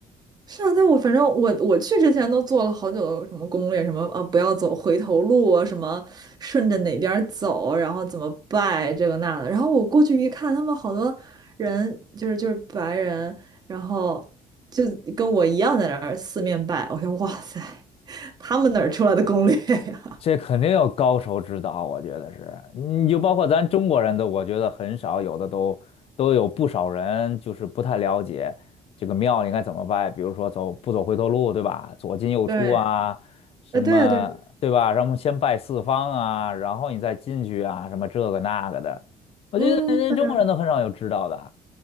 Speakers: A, on the right; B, on the left.
A: 是啊，但我反正我我去之前都做了好久的什么攻略，什么呃不要走回头路啊，什么顺着哪边儿走，然后怎么拜这个那的。然后我过去一看，他们好多人就是就是白人，然后就跟我一样在那儿四面拜。我想哇塞，他们哪儿出来的攻略呀？
B: 这肯定有高手指导，我觉得是，你就包括咱中国人都，我觉得很少，有的都都有不少人就是不太了解这个庙应该怎么拜，比如说走不走回头路，对吧？左进右出啊，
A: <laughs> 对，
B: 什么对吧？
A: 呃对呀、啊、对啊，
B: 然后先拜四方啊，然后你再进去啊，什么这个那个的，我觉得人家中国人都很少有知道的。
A: 嗯对呀、